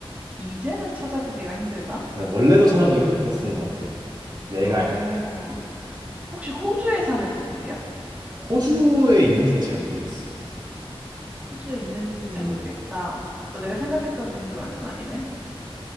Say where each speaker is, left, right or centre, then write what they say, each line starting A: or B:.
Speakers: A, on the right; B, on the right.
A: 이제는 찾아보기가 힘들다.
B: 아니, 원래도 찾아보기 힘들었었던 것 같아. 내가
A: 어,
B: 알기로는.
A: 혹시 호주에 사는 동물이야?
B: 호주에 있는지는 잘 모르겠어.
A: 호주에 있는지는
B: 음,
A: 잘 모르겠다. 어, 내가 생각했던 동물이 완전 아니네.